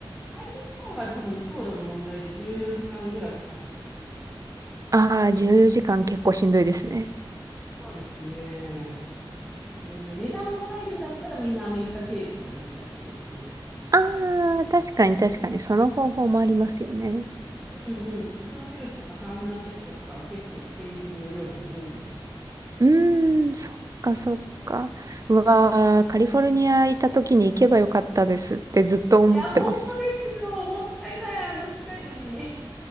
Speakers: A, in the centre; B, on the right (about 40°).
A: 帰りの方が多分航路の問題で14時間ぐらいかかってたと思います。
B: ああ、14時間結構しんどいですね。
A: そうですね。だけどね、値段を抑えるんだったらみんなアメリカ経由とかできたりしますね。
B: ああ、確かに確かに、その方法もありますよね。
A: うんうん。ロサンゼルスとかサンフランシスコとかは結構経由便の量も多いです。
B: うーん、そっかそっか。うわー、カリフォルニア行った時に行けばよかったですってずっと思ってます。
A: いや、本当ですよ。もったいない、あんな近いのに。